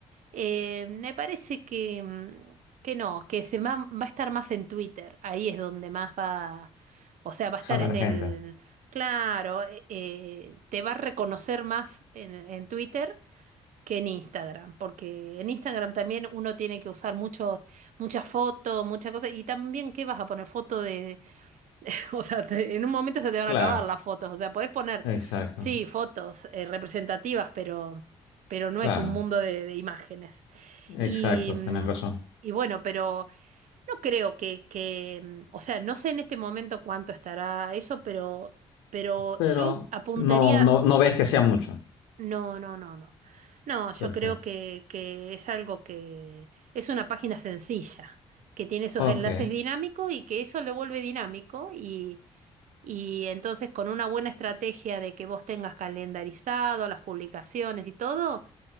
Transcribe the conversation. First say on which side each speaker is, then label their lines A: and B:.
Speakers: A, on the right (about 65°); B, on the left (about 85°).
A: Eh, me parece que, mm, que no, que se va, va a estar más en Twitter. Ahí es donde más va, o sea, va a estar
B: Jalar
A: en el,
B: gente.
A: claro, eh, eh, te va a reconocer más en, en Twitter que en Instagram, porque en Instagram también uno tiene que usar mucho, mucha foto, mucha cosa, y también, ¿qué vas a poner? Foto de, <laughs> O sea, te- en un momento se te van
B: Claro.
A: a acabar las fotos. O sea, podés poner,
B: Exacto.
A: sí, fotos eh, representativas, pero, pero no
B: Claro.
A: es un mundo de, de imágenes. Y,
B: Exacto,
A: mm,
B: tenés razón.
A: y bueno, pero no creo que, que, mm, o sea, no sé en este momento cuánto estará eso, pero, pero
B: Pero
A: yo apuntaría,
B: no, no, no ves que sea mucho.
A: no, no, no, no. No, yo
B: Perfecto.
A: creo que, que es algo que es una página sencilla, que tiene esos
B: Ok.
A: enlaces dinámicos y que eso lo vuelve dinámico y... Y entonces con una buena estrategia de que vos tengas calendarizado las publicaciones y todo,